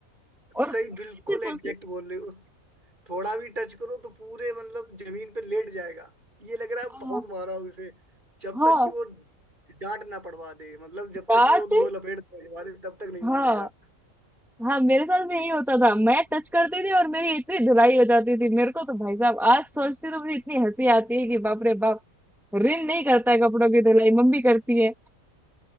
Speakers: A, in the centre; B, on the right.
A: और
B: सही
A: मैंने
B: बिल्कुल
A: सिर्फ
B: एग्जैक्ट
A: उस
B: बोल रहे हो उस थोड़ा भी टच करो तो पूरे मतलब जमीन पे लेट जाएगा ये लग रहा है
A: हाँ
B: बहुत मारा हूं इसे जब
A: हाँ
B: तक कि वो डांट ना पड़वा दे मतलब जब तक
A: डांट
B: कि वो दो लपेट लगवा दे तब तक नहीं
A: हाँ
B: मानेगा
A: हाँ मेरे साथ भी यही होता था मैं टच करती थी और मेरी इतनी धुलाई हो जाती थी मेरे को तो भाई साहब आज सोचती तो मुझे इतनी हंसी आती है कि बाप रे बाप रिन नहीं करता है कपड़ों की धुलाई मम्मी करती है